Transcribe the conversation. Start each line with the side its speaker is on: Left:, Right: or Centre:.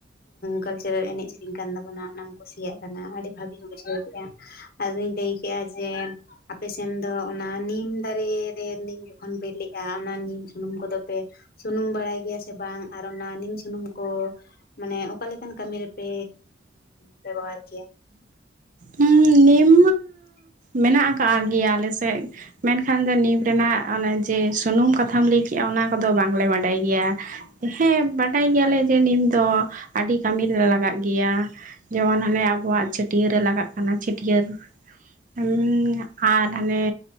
Left: ᱠᱟᱞᱪᱟᱨᱟᱞ ᱮᱱᱮᱡ ᱥᱮᱨᱮᱧ ᱠᱟᱱ ᱛᱟᱵᱚᱱᱟ ᱚᱱᱟᱢ ᱠᱩᱥᱤᱭᱟᱜ ᱠᱟᱱᱟ ᱟᱹᱰᱤ ᱵᱷᱟᱹᱜᱤᱧ ᱵᱩᱡᱷᱟᱹᱣ ᱠᱮᱜᱼᱟ ᱟᱫᱚᱧ ᱞᱟᱹᱭᱠᱮᱜᱼᱟ ᱡᱮ ᱟᱯᱮᱥᱮᱱ ᱫᱚ ᱚᱱᱟ ᱱᱤᱢ ᱫᱟᱨᱮ ᱨᱮ ᱱᱤᱢ ᱡᱚᱠᱷᱚᱱ ᱵᱮᱞᱮᱜᱼᱟ ᱚᱱᱟ ᱱᱤᱢ ᱥᱩᱱᱩᱢ ᱠᱚᱫᱚ ᱯᱮ ᱥᱩᱱᱩᱢ ᱵᱟᱲᱟᱭ ᱜᱮᱭᱟ ᱥᱮ ᱵᱟᱝ ᱟᱨ ᱚᱱᱟ ᱱᱤᱢ ᱥᱩᱱᱩᱢ ᱠᱚ ᱢᱟᱱᱮ ᱚᱠᱟᱞᱮᱠᱟᱱ ᱠᱟᱹᱢᱤ ᱨᱮᱯᱮ ᱵᱮᱵᱚᱦᱟᱨ ᱜᱮᱭᱟ
Right: ᱩᱢ ᱞᱮᱭᱢᱮ
Left: <unintelligible>
Right: ᱢᱮᱱᱟᱜ ᱠᱟᱜ ᱜᱮᱭᱟ ᱟᱞᱮ ᱥᱮᱫ ᱢᱮᱱᱠᱷᱟᱱ ᱫᱚ ᱱᱤᱢ ᱨᱮᱱᱟᱜ ᱚᱱᱟ ᱡᱮ ᱥᱩᱱᱩᱢ ᱠᱟᱛᱷᱟᱢ ᱞᱟᱹᱭ ᱠᱮᱜᱼᱟ ᱚᱱᱟ ᱠᱚᱫᱚ ᱵᱟᱝᱞᱮ ᱵᱟᱰᱟᱭ ᱜᱮᱭᱟ ᱦᱮᱸ ᱵᱟᱰᱟᱭ ᱜᱮᱭᱟᱞᱮ ᱡᱮ ᱱᱤᱢ ᱫᱚ ᱟᱹᱰᱤ ᱠᱟᱹᱢᱤ ᱨᱮ ᱞᱟᱜᱟᱜ ᱜᱮᱭᱟ ᱡᱮᱢᱚᱱ ᱦᱟᱱᱮ ᱟᱵᱚᱣᱟᱜ ᱪᱷᱟᱹᱴᱤᱭᱟᱹᱨᱮ ᱞᱟᱜᱟᱜ ᱠᱟᱱᱟ ᱪᱷᱟᱹᱴᱤᱭᱟᱹᱨ ᱦᱩᱸ ᱟᱨ ᱦᱟᱱᱮ